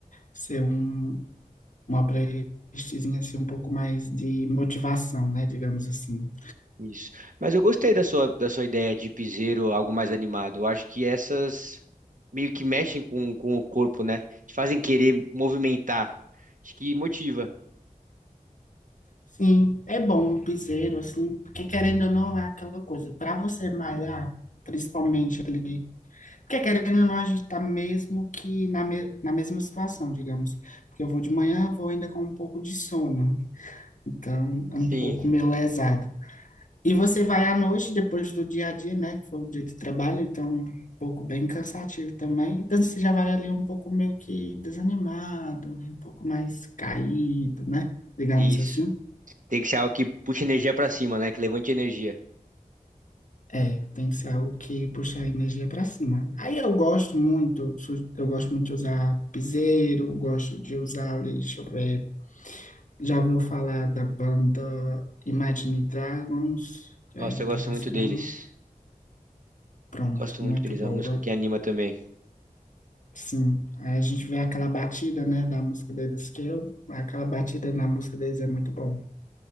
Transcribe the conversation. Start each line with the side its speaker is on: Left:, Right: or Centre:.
Left: ser um, uma playlistzinha assim um pouco mais de motivação, né, digamos assim.
Right: Isso. Mas eu gostei da sua, da sua ideia de piseiro, algo mais animado. Eu acho que essas meio que mexem com, com o corpo, né? Te fazem querer movimentar. Acho que motiva.
Left: Sim, é bom um piseiro, assim, porque querendo ou não é aquela coisa, para você malhar, principalmente ali, porque querendo ou não a gente tá mesmo que na, me- na mesma situação, digamos, porque eu vou de manhã, vou ainda com um pouco de sono, então é
Right: Sim,
Left: um pouco meio lesado. E você vai à noite, depois do dia a dia, né, que foi o dia de trabalho, então um pouco bem cansativo também, então você já vai ali um pouco meio que desanimado, um pouco mais caído, né, digamos
Right: isso.
Left: assim.
Right: Tem que ser algo que puxe energia para cima, né? Que levante energia.
Left: É, tem que ser algo que puxe a energia para cima. Aí eu gosto muito, su- eu gosto muito de usar piseiro, gosto de usar, ali, deixa eu ver, já ouviu falar da banda Imagine Dragons, que
Right: Nossa,
Left: é internacional?
Right: eu gosto muito deles.
Left: Pronto,
Right: Eu gosto muito
Left: muito
Right: deles.
Left: bom.
Right: É uma música
Left: Go-
Right: que anima também.
Left: Sim, aí a gente vê aquela batida, né, da música deles, que eu, aquela batida na música deles é muito bom,